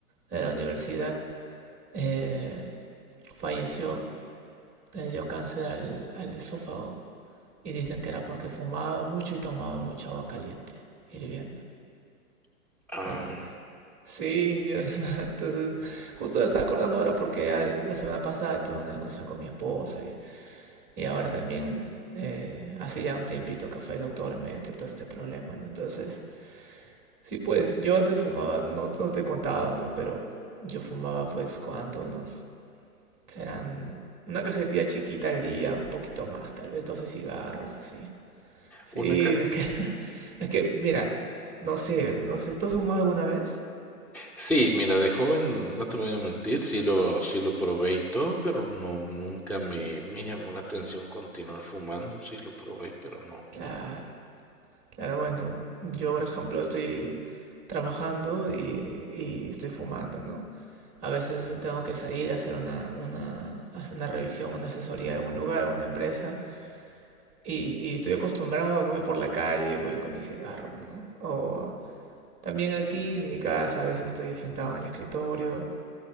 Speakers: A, on the right; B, in the centre.
A: de la universidad eh, falleció, le dio cáncer al, al esófago y dicen que era porque fumaba mucho y tomaba mucha agua caliente, hirviendo.
B: Ah,
A: Entonces, sí, Dios, <laughs> entonces, justo me estaba acordando ahora porque ya la semana pasada tuve una discusión con mi esposa y, y ahora también, eh, hace ya un tiempito que fue el doctor y me detectó este problema, ¿no? Entonces... Sí, pues yo antes fumaba, no, no te contaba, ¿no? Pero yo fumaba pues cuánto, unos, serán una cajetilla chiquita al día, un poquito más, tal vez 12 cigarros, así. Sí,
B: Una ca-
A: es que, <laughs> es que mira, no sé, no sé, ¿tú has fumado alguna vez?
B: Sí, mira, de joven, no te voy a mentir, sí lo, sí lo probé y todo, pero no, nunca me, me llamó la atención continuar fumando, sí lo probé, pero no.
A: Claro, claro, bueno, yo por ejemplo estoy trabajando y, y estoy fumando, ¿no? A veces tengo que salir a hacer una, una, hacer una revisión, una asesoría de algún lugar, alguna empresa, Y, y estoy acostumbrado, voy por la calle, voy con mi cigarro, ¿no? O también aquí en mi casa a veces estoy sentado en el escritorio